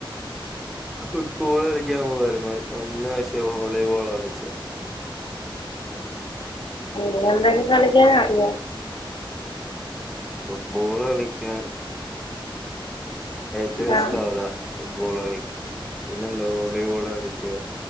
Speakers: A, in the centre; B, on the left.
A: ഫുട്ബോള് കളിക്കാൻ പോവായിരുന്നു ഇന്ന് പക്ഷേ വോളിബോളാ കളിച്ച്.
B: പിന്നെന്തൊക്കെ കളിക്കാനറിയാം?
A: ഫുട്ബോള് കളിക്കാൻ. ഏറ്റവും
B: ആ
A: ഇഷ്ടം അതാ. ഫുട്ബോള് കളി പിന്നെന്താ വോളിബോള് കളിക്കും